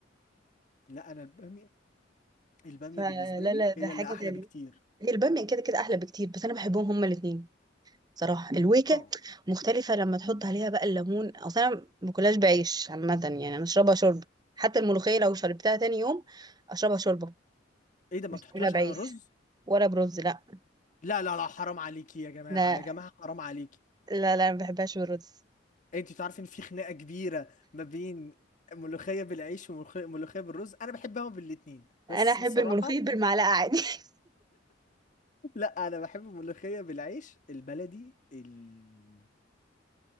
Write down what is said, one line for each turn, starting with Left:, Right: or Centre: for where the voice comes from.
Left: لا انا الباميه الباميه
Right: <laughs> فلا
Left: بالنسبه لي
Right: لا ده
Left: هي
Right: حاجة
Left: اللي احلى
Right: تانية
Left: بكتير
Right: هي البامية كده كده أحلى بكتير بس أنا بحبهم هما الاتنين صراحة الويكة
Left: اه
Right: مختلفة لما تحط عليها بقى الليمون أصلا أنا ما باكلهاش بعيش عامة يعني أنا أشربها شوربة حتى الملوخية
Left: ما-
Right: لو شربتها تاني يوم أشربها شوربة
Left: ايه ده ما
Right: مش
Left: بتحطهاش
Right: باكلها بعيش
Left: على الرز
Right: ولا برز لا
Left: لا لا لا حرام عليكي يا جماعه
Right: لا
Left: يا جماعه حرام عليكي
Right: لا لا ما بحبهاش بالرز
Left: انت تعرفي ان في خناقه كبيره ما بين ملوخيه بالعيش وملوخيه ملوخية بالرز انا بحبهم بالاتنين بس
Right: أنا أحب
Left: بصراحه
Right: الملوخية بالمعلقة عادي <laughs>
Left: لا انا بحب الملوخيه بالعيش البلدي ال...